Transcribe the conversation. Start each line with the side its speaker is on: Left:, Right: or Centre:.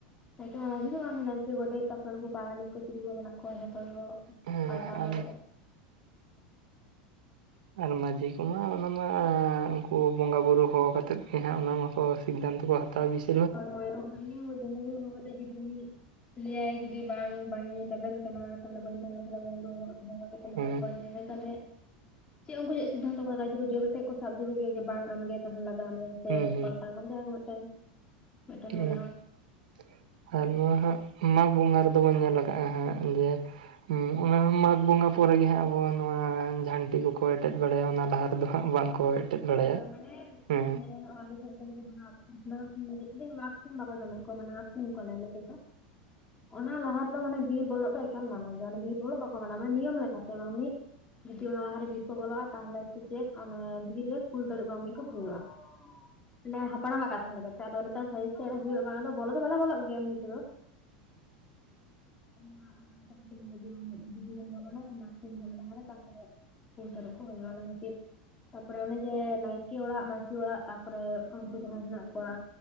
Left: ᱮᱠᱮᱱ ᱢᱟᱺᱡᱷᱤ ᱫᱚ ᱵᱟᱝᱟ ᱱᱟᱭᱠᱮ ᱜᱚᱰᱮᱛ ᱛᱟᱯᱚᱨᱠᱩ ᱯᱟᱨᱟᱱᱤᱠ ᱠᱚ ᱪᱮᱞᱤ ᱠᱚ ᱢᱮᱱᱟᱜ ᱠᱚᱣᱟ ᱡᱚᱛᱚ ᱜᱤᱠᱚ᱾
Right: ᱦᱮᱸ
Left: ᱯᱟᱞᱴᱟᱣ ᱫᱟᱲᱮᱭᱟ᱾
Right: ᱟᱨ ᱢᱟᱹᱡᱷᱤ ᱠᱚᱢᱟ ᱚᱱᱟᱢᱟ ᱩᱱᱠᱩ ᱵᱚᱸᱜᱟ ᱵᱩᱨᱩ ᱦᱚᱦᱚᱛᱮᱫ ᱜᱮ ᱦᱟᱸᱜ ᱚᱱᱟ ᱢᱟᱠᱚ᱾ ᱥᱤᱫᱽᱷᱟᱱᱛᱚ ᱦᱟᱛᱟᱣᱟ ᱵᱮᱥᱤ
Left: ᱦᱳᱭ ᱦᱳᱭ ᱚᱱᱟᱜᱤ <unintelligible> ᱫᱚᱢᱮ <unintelligible> <unintelligible> ᱞᱟᱹᱭᱭᱟᱭ ᱡᱩᱫᱤ ᱵᱟᱝ ᱵᱟᱹᱧ ᱛᱟᱵᱮᱱ ᱠᱟᱱᱟ ᱛᱟᱦᱚᱞᱮ ᱵᱟᱹᱧ <unintelligible> ᱚᱱᱟᱠᱟ
Right: ᱦᱮᱸ
Left: ᱠᱚ ᱡᱮ ᱛᱟᱦᱚᱞᱮ ᱪᱮᱫ ᱩᱱᱠᱩ ᱪᱮᱫ ᱥᱤᱫᱽᱷᱟᱱᱛᱚ ᱠᱚ ᱦᱟᱛᱟᱣ ᱠᱮᱫᱟ ᱡᱳᱨ ᱴᱷᱮᱱ ᱠᱚ ᱥᱟᱵ ᱫᱩᱲᱩᱵᱮᱭᱟ ᱡᱮ ᱵᱟᱝ ᱟᱢᱜᱮ ᱛᱟᱦᱮᱱ ᱞᱟᱜᱟᱣ ᱢᱮᱭᱟ ᱥᱮ
Right: ᱦᱩᱸ
Left: <unintelligible>
Right: ᱦᱩᱸ
Left: <inaudible> ᱢᱤᱫᱴᱮᱱ
Right: <inaudible>
Left: ᱢᱮᱱᱟᱜᱼᱟ
Right: ᱟᱨ ᱱᱚᱣᱟ ᱦᱟᱸᱜ ᱢᱟᱜᱽ ᱵᱚᱸᱜᱟ ᱨᱮᱫᱚ ᱵᱚᱱ ᱧᱮᱞ ᱟᱠᱟᱟᱜᱼᱟ ᱦᱟᱸᱜ ᱡᱮ ᱚᱱᱟ ᱢᱟᱜᱽ ᱵᱚᱸᱜᱟ ᱯᱚᱨᱮᱜ ᱜᱮ ᱦᱟᱸᱜ ᱟᱵᱚ ᱱᱚᱣᱟ ᱡᱷᱟᱱᱴᱤ ᱠᱚᱠᱚ ᱮᱴᱮᱫ ᱵᱟᱲᱟᱭᱟ ᱚᱱᱟ ᱞᱟᱦᱟ ᱨᱮᱫᱚ ᱵᱟᱠᱚ ᱮᱴᱮᱫ ᱵᱟᱲᱟᱭᱟ
Left: ᱦᱳᱭ ᱦᱳᱭ ᱢᱟᱱᱮ
Right: ᱦᱮᱸ ᱾
Left: <inaudible> ᱚᱱᱟ ᱞᱟᱦᱟ ᱨᱮᱫᱚ ᱢᱟᱱᱮ ᱵᱤᱨ ᱵᱚᱞᱚᱜ ᱫᱚ ᱮᱠᱟᱞ ᱢᱟᱱᱟ ᱜᱮᱭᱟ ᱵᱤᱨ ᱵᱚᱞᱚᱜ ᱵᱟᱠᱚ ᱢᱟᱱᱟᱣᱟ ᱢᱟᱱᱮ ᱱᱤᱭᱚᱢ ᱞᱮᱠᱟᱛᱮ ᱵᱟᱝ ᱢᱤᱫ ᱡᱩᱫᱤ ᱚᱱᱟ ᱞᱟᱦᱟᱨᱮ ᱵᱤᱨ ᱠᱚ ᱵᱚᱞᱚᱜᱼᱟ ᱛᱟᱦᱚᱞᱮ ᱥᱮ ᱪᱮᱫ ᱚᱱᱟ ᱵᱤᱨ ᱨᱮ ᱠᱩᱞ ᱛᱟᱹᱨᱩᱵ <inaudible> ᱠᱚ ᱦᱩᱭᱩᱜᱼᱟ ᱢᱟᱱᱮ ᱦᱟᱯᱲᱟᱢᱟᱜ ᱠᱟᱛᱷᱟ ᱞᱮᱠᱟᱛᱮ ᱟᱫᱚ ᱱᱮᱛᱟᱨ ᱥᱟᱹᱨᱤ ᱥᱮ ᱦᱩᱭᱩᱜ ᱵᱚᱞᱚ ᱫᱚ ᱵᱟᱞᱮ ᱵᱚᱞᱚᱜ ᱜᱮᱭᱟ ᱱᱤᱛᱚᱜ ᱫᱚ᱾
Right: <unintelligible>
Left: <inaudible> ᱠᱩᱞ ᱛᱟᱹᱨᱩᱯ ᱠᱚ ᱦᱩᱭᱩᱜᱼᱟ ᱚᱱᱟ ᱠᱷᱟᱹᱛᱤᱨ ᱛᱟᱯᱨᱮ ᱚᱱᱮ ᱡᱮ ᱱᱟᱭᱠᱮ ᱚᱲᱟᱜ ᱢᱟᱺᱡᱷᱤ ᱚᱲᱟᱜ ᱛᱟᱯᱚᱨᱮ ᱩᱱᱠᱩ ᱡᱟᱦᱟᱸᱭ ᱦᱮᱱᱟᱜ ᱠᱚᱣᱟ